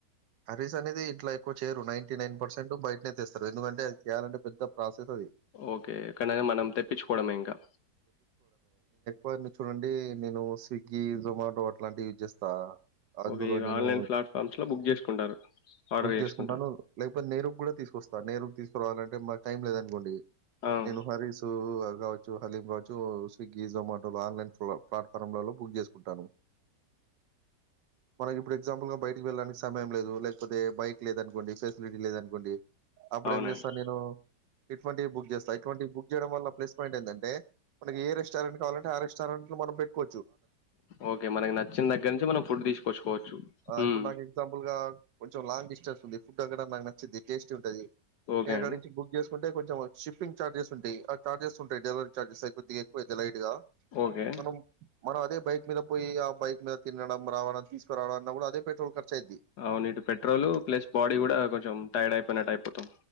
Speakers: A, on the right (about 85°); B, on the left (about 70°).
A: హరీస్ అనేది ఇట్లా ఎక్కువ చేయరు నేనేటీ నైన్ పెర్చెంట్ బయటనే తెస్తారు ఎందుకంటే అది చేయాలంటే పెద్ద ప్రాసెస్ అది
B: ఓకే ఎక్కనైనా మనం తెప్పించుకోవడమే ఇంకా
A: ఓయ్ అన్ని చూడండి నేను స్విగ్గి జొమాటో అట్లాంటివి యూజ్ చేస్తా అందులో
B: ఓకే ఈ
A: నేను
B: ఆన్లైన్ ప్లాట్ఫామ్స్లో బుక్ చేసుకుంటారు ఆర్డర్
A: బుక్
B: చేసుకుంటారు
A: చేసుకుంటాను లేకపోతే నేరుగ్ కూడా తీసుకొస్తా వ నేరుకు తీసురావాలంటే మాక్ టైం లేదు అనుకోండి
B: ఆ.
A: నేను హరిసు అక్ రావచ్చు హాలీబాజు స్విగ్గీ జొమాటో ఆన్లైన్ ఫులో ప్లాట్ఫార్మ్లలో బుక్ చేసుకుంటారు మనకి ఇప్పుడు ఎగ్జాంపుల్ గా బయటకి వెళ్ళడానికి సమయం లేదు లేకపోతే బైక్ లేదనుకోండి ఫెసిలిటీ లేదనుకోండి అప్పుడు
B: అవునండి
A: ఏం చేస్తా నేను ఇటువంటి బుక్ చేస్తా ఇటువంటి బుక్ చేయడం వల ప్లస్ పాయింట్ ఎన్ మనకి ఏ రెస్టారెంట్ కావాలంటే ఆ రెస్టారెంట్ మనం పెట్టుకో
B: ఓకే మనకి నచ్చిన దగ్గర నుంచి మనం ఫుడ్ తీసుకొచ్చుకోవచ్చు
A: ఆహ్, ఇప్పుడు
B: మ్
A: నాకు ఎగ్జాంపుల్‌గా కొంచెం లాంగ్ డిస్టెన్స్ ఉంది. ఫుడ్ అక్కడ నాకు నచ్చది టేస్టీ ఉంటాది
B: ఓకే
A: గగాడించి
B: అండి
A: బుక్గి చేస్ అంటే కొంచెం షిప్పింగ్ చార్జెస్ ఉంటాయి ఆ చార్జెస్ ఉంటాయీ డె చార్జె సైకుద్దిగాక్కువ లైట్ గా
B: ఓకే
A: మన మనం అదే బైక్ మీద పోయి ఆ బైక్ మీద తినడం, రావడం తీసుకురావడం అన్న కూడా అదే పెట్రోల్ ఖర్చయిద్ది.
B: అవును ఇటు పెట్రోల్ ప్లస్ బాడీ కూడా కొంచెం టైర్డ్ అయిపోయినట్టు అయిపోతాం